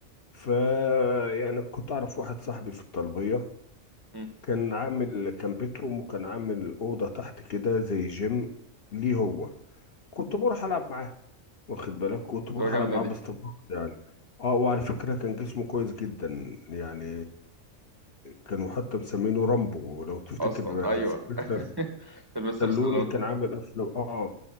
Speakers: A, on the left (about 50°); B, on the right (about 20°).
A: ف يعني كنت اعرف واحد صاحبي في الطلبيه
B: امم
A: كان عامل كان بيتهم وكان عامل اوضه تحت كده زي جيم ليه هو كنت بروح العب معاه واخد بالك كنت بروح
B: تبقى جامدة
A: العب معاه
B: دي
A: باستمرار يعني اه وعلى فكره كان جسمه كويس جدا يعني كانوا حتى مسمينه رامبو لو تفتكر
B: أصلا أيوه
A: آه، سيلفستر
B: <laughs> سيلفستر
A: ستالوني
B: ستالون
A: كان عامل افلام اه